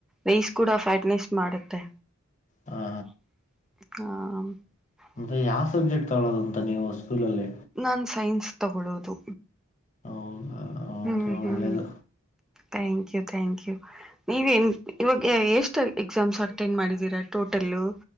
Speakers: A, in the centre; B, on the left.
A: ರೈಸ್ ಕೂಡ ಫ್ಯಾಟ್ನೆಸ್ ಮಾಡುತ್ತೆ.
B: ಹಾ
A: ಹಾ
B: ಮಂದೆ ಯಾವ್ ಸಬ್ಜೆಕ್ಟ್ ತಗಳೋದು ಅಂತ ನೀವು. ಸ್ಕೂಲಲ್ಲಿ
A: ನಾನು ಸೈನ್ಸ್ ತಗೊಳ್ಳೋದು.
B: ಹೌದಾ ಓಕೆ
A: ಹ್ಮ್
B: ಒಳ್ಳೆಯದು
A: ಹ್ಮ್ ಥ್ಯಾಂಕ್ ಯು ಥ್ಯಾಂಕ್ ಯು ನೀವ ನ್ ಇವಾಗ ಎಷ್ಟು ಎಕ್ಸಾಮ್ಸ್ ಅಟೆಂಡ್ ಮಾಡಿದೀರಾ. ತೊಟಲ್ಲು